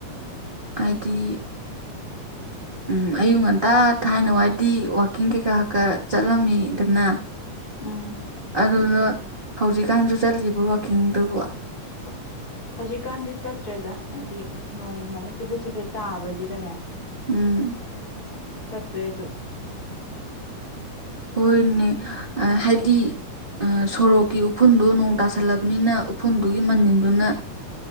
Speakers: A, on the right; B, on the left.
A: ꯍꯥꯏꯗꯤ ꯎꯝ ꯑꯌꯨꯛ ꯉꯟꯇꯥ ꯊꯥꯏꯅ ꯋꯥꯏꯗꯤ ꯋꯥꯋꯥꯛꯀꯤꯡ ꯀꯩꯀꯥ ꯀꯛꯀꯥ ꯆꯠꯂꯝꯃꯤꯗꯅ
B: ꯎꯝ
A: ꯑꯗꯨꯗ ꯍꯧꯖꯤꯛꯀꯥꯟꯁꯨ ꯆꯠꯂꯤꯕ꯭ꯔꯣ ꯋꯥꯛꯀꯤꯡꯗꯨꯕꯣ
B: <inaudible> ꯍꯧꯖꯤꯛꯀꯥꯟꯗꯤ ꯆꯠꯇ꯭ꯔꯦꯗ ꯍꯥꯏꯗꯤ ꯅꯣꯡꯃꯥꯏꯅ ꯆꯤꯐꯦꯠ ꯆꯤꯐꯦꯠ ꯇꯥꯕꯁꯤꯗꯅꯦ
A: ꯎꯝ
B: ꯆꯠꯇꯦꯗꯨ
A: ꯍꯅꯦ ꯑ ꯍꯥꯏꯗꯤ ꯁꯣꯔꯣꯛꯀꯤ ꯎꯐꯨꯟꯗꯨ ꯅꯣꯡ ꯇꯥꯁꯜꯂꯕꯅꯤꯅ ꯎꯐꯨꯜꯗꯨꯒꯤ ꯃꯅꯤꯟꯗꯨꯅ